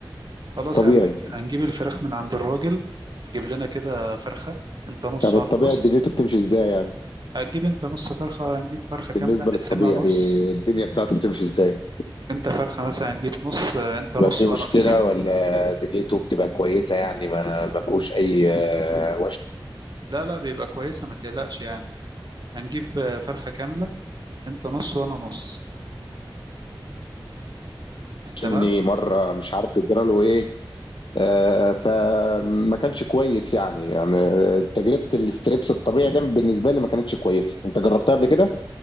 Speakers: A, on the right; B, on the left.
A: خلاص
B: طبيعي
A: يا عم هنجيب الفراخ من عند الراجل نجيب لنا كده فرخة انت نص
B: يعني
A: وانا
B: الطبيعي
A: نص
B: دنيته بتمشي ازاي يعني
A: هتجيب انت نص فرخة هنجيب فرخة كاملة
B: بالنسبة للطبيعي
A: نقسمها نص
B: الدنيا بتاعته بتمشي ازاي؟
A: انت فرخة مثلا هنجيب نص آه، انت نص
B: بيبقى فيه
A: وانا
B: مشكلة
A: نص
B: ولا دنيته بتبقى كويسة يعني ما ما فيهوش أي آه،
A: لا لا بيبقى كويسة ما تقلقش يعني هنجيب آه، فرخة كاملة انت نص وانا نص
B: وشني
A: تمام
B: مرة مش عارف يجرى له إيه آه، فما كانش كويس يعني يعني تجربة الاستريبس الطبيعي ده بالنسبة لي ما كانتش كويسة أنت جربتها قبل كده؟